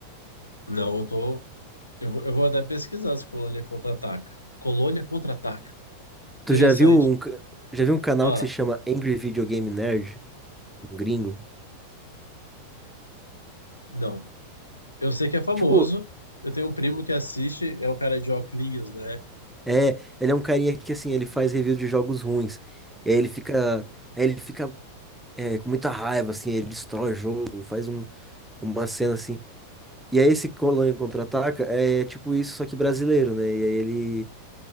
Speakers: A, on the left; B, in the centre.
A: Não, eu tô. Eu vou, eu vou até pesquisar se Colônia Contra-Ataca. Colônia Contra-Ataca. Interessante.
B: Tu já viu um, ca- já viu um canal
A: Ah,
B: que se chama Angry Video Game Nerd, um gringo?
A: não. Eu sei que é famoso.
B: Tipo,
A: Eu tenho um primo que assiste, é o cara de óculos, né?
B: é, ele é um carinha que assim, ele faz review de jogos ruins. E aí ele fica, aí ele fica é, com muita raiva, assim, ele destrói o jogo, faz um, uma cena assim. E aí esse Colônia Contra-Ataca é tipo isso, só que brasileiro, né? E aí ele,